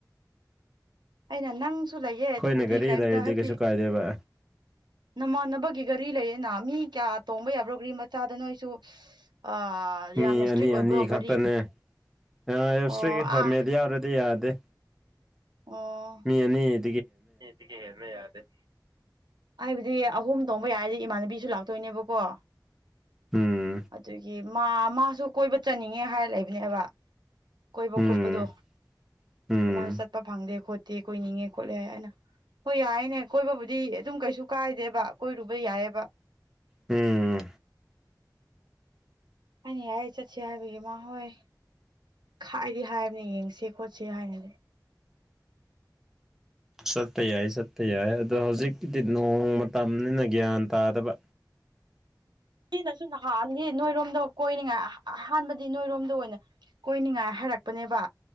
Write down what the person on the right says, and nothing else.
ꯑꯩꯅ ꯅꯪꯁꯨ ꯂꯩꯌꯦ
ꯑꯗꯨꯕꯨꯗꯤ
ꯀꯩꯝꯇ
ꯍꯥꯏꯕꯗꯤ
ꯅꯃꯥꯟꯅꯕꯒꯤ ꯒꯥꯔꯤ ꯂꯩꯌꯦꯅ ꯃꯤ ꯀꯌꯥ ꯇꯣꯡꯕ ꯌꯥꯕ꯭ꯔꯣ ꯒꯔꯤ ꯃꯆꯥꯗ ꯅꯣꯏꯁꯨ ꯑ ꯌꯥꯝꯅ
ꯏꯁꯇ꯭ꯔꯤꯛ
ꯑꯣꯏꯕ꯭ꯔꯣ
ꯒꯥꯔꯤ
ꯑꯣ ꯑꯥ
ꯑꯣ
<unintelligible> ꯍꯦꯟꯕ ꯌꯥꯗꯦ ꯍꯥꯏꯕꯗꯤ ꯑꯍꯨꯝ ꯇꯣꯡꯕ ꯌꯥꯔꯗꯤ ꯏꯃꯥꯟꯅꯕꯤꯁꯨ ꯂꯥꯛꯇꯣꯏꯅꯦꯕꯀꯣ
ꯑꯗꯨꯒꯤ ꯃꯥ ꯃꯥꯁꯨ ꯀꯣꯏꯕ ꯆꯠꯅꯤꯡꯉꯦ ꯍꯥꯏꯔ ꯂꯩꯕꯅꯦꯕ ꯀꯣꯏꯕ
ꯈꯣꯠꯄꯗꯣ
ꯏꯃꯥꯅ ꯆꯠꯄ ꯐꯪꯗꯦ ꯈꯣꯠꯇꯦ ꯀꯣꯏꯅꯤꯡꯉꯦ ꯈꯣꯠꯂꯦ ꯍꯥꯏꯅ ꯍꯣꯏ ꯌꯥꯏꯌꯦꯅꯦ ꯀꯣꯏꯕꯕꯨꯗꯤ ꯑꯗꯨꯝ ꯀꯩꯁꯨ ꯀꯥꯏꯗꯦꯕ ꯀꯣꯏꯔꯨꯕ ꯌꯥꯏꯑꯕ
ꯑꯩꯅ ꯌꯥꯏꯌꯦ ꯆꯠꯁꯦ ꯍꯥꯏꯕꯒꯤ ꯃꯥꯍꯣꯏ ꯍꯥꯏꯗꯤ ꯍꯥꯏꯕꯅꯦ ꯌꯦꯡꯁꯦ ꯈꯣꯠꯁꯦ ꯍꯥꯏꯅꯗꯤ
ꯁꯤꯅꯁꯨ ꯅꯍꯥꯟꯗꯤ ꯅꯣꯏꯔꯣꯝꯗ ꯀꯣꯏꯅꯤꯡꯉꯥꯏ ꯑ ꯑꯍꯥꯟꯕꯗꯤ ꯅꯣꯏꯔꯣꯝꯗ ꯑꯣꯏꯅ ꯀꯣꯏꯅꯤꯡꯉꯥꯏ ꯍꯥꯏꯔꯛꯄꯅꯦꯕ